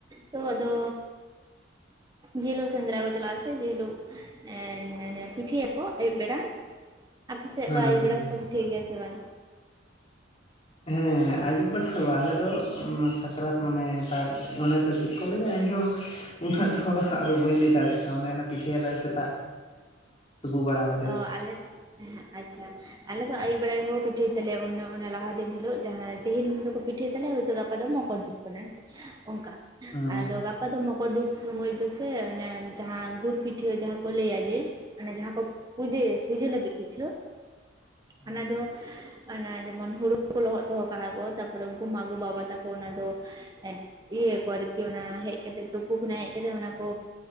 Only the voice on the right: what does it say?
ᱛᱚ ᱟᱫᱚ ᱡᱮᱞᱳᱜ ᱥᱮᱸᱫᱽᱨᱟ ᱠᱚ ᱪᱟᱞᱟᱜᱼᱟ ᱥᱮ ᱡᱮᱞᱳᱜ ᱮᱸ ᱱᱮᱱᱮ ᱯᱤᱴᱷᱟᱹᱭᱟᱠᱚ ᱟᱹᱭᱩᱵ ᱵᱮᱲᱟ ᱟᱯᱮ ᱥᱮᱫ
ᱫᱚ ᱟᱹᱭᱩᱵ
ᱵᱮᱲᱟ ᱠᱚ ᱯᱤᱴᱷᱟᱹᱭ ᱜᱮᱭᱟ ᱥᱮ ᱵᱟᱝ?
ᱚ ᱟᱞᱮ ᱟᱪᱷᱟ ᱟᱞᱮ ᱫᱚ ᱟᱭᱩᱵ ᱵᱮᱲᱟ ᱜᱮᱠᱚ ᱯᱤᱴᱷᱟᱹᱭ ᱛᱟᱞᱮᱭᱟ ᱚᱱᱮ ᱚᱱᱮ ᱞᱟᱦᱟ ᱫᱤᱱ ᱦᱤᱞᱳᱜ ᱡᱟᱦᱟᱸ ᱛᱮᱦᱮᱧ ᱫᱚᱠᱚ ᱯᱤᱴᱷᱟᱹᱭ ᱛᱟᱞᱭᱟ ᱦᱚᱭ ᱛᱚ ᱜᱟᱯᱟ ᱫᱚ ᱢᱚᱠᱚᱨ <unintelligible> ᱚᱝᱠᱟ
ᱟᱫᱚ ᱜᱟᱯ ᱯᱟ ᱫᱚ ᱢᱚᱠᱚᱨ ᱰᱩᱵ ᱥᱳᱢᱚᱭ ᱫᱚᱥᱮ ᱚᱱᱮ ᱡᱟᱦᱟᱸ ᱜᱩᱲ ᱯᱤᱴᱷᱟᱹ ᱡᱟᱦᱟᱸ ᱠᱚ ᱞᱟᱹᱭᱟ ᱡᱮ ᱢᱟᱱᱮ ᱡᱟᱦᱟᱸ ᱠᱚ ᱯᱩᱡᱟᱹᱭ ᱯᱩᱡᱟᱹ ᱞᱟᱹᱜᱤᱜ ᱯᱤᱴᱷᱟᱹ
ᱚᱱᱟ ᱫᱚ ᱚᱱᱟ ᱡᱮᱢᱚᱱ ᱦᱩᱲᱩ ᱠᱩ ᱞᱚᱦᱚᱫ ᱫᱚᱦᱚ ᱠᱟᱜᱼᱟ ᱠᱚ, ᱛᱟᱯᱚᱨᱮ ᱩᱝᱠᱩ ᱢᱟᱜᱩ ᱵᱟᱵᱟ ᱛᱟᱠᱚ ᱚᱱᱟ ᱫᱚ ᱮᱠ ᱤᱭᱟᱹᱭᱟᱠᱚ ᱟᱨᱠᱤ ᱚᱱᱟ ᱦᱮᱡ ᱠᱟᱛᱮᱜ ᱛᱩᱯᱩ ᱠᱷᱚᱱᱟᱜ ᱦᱮᱡ ᱠᱟᱛᱮᱜ ᱚᱱᱟ ᱠᱚ